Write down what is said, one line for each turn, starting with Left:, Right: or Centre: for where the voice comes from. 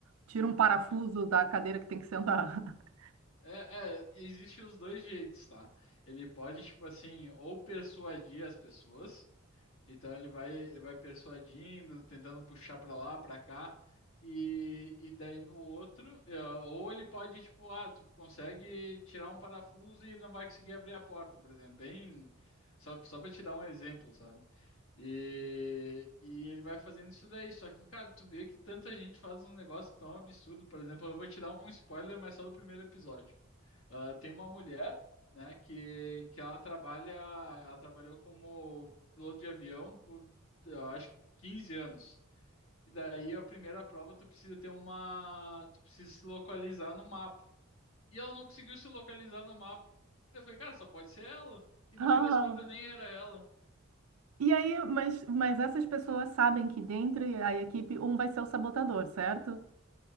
Right: Tira um parafuso
Left: é.
Right: da cadeira que tem que sentar. <laughs>
Left: É, é, existe os dois jeitos, tá? Ele pode, tipo assim, ou persuadir as pessoas, então ele vai, ele vai persuadindo, tentando puxar pra lá, pra cá, e, e daí no outro, é, ou ele pode, tipo, ah, tu consegue tirar um parafuso e ele não vai conseguir abrir a porta, por exemplo, bem, só, só pra te dar um exemplo, sabe? E, e ele vai fazendo isso daí. Só que, cara, tu vê que tanta gente faz uns negócios tão absurdos. Por exemplo, eu vou te dar um spoiler, mas só do primeiro episódio. Ah, tem uma mulher, né, que, que ela trabalha, ela trabalhou como piloto de avião por, eu acho que 15 anos. E daí a primeira prova tu precisa ter uma, tu precisa se localizar no mapa. E ela não conseguiu se localizar no mapa. Eu falei, cara, só pode ser ela. E
Right: Ah,
Left: no fim das contas nem era ela.
Right: e aí, mas, mas essas pessoas sabem que dentro da equipe um vai ser o sabotador, certo?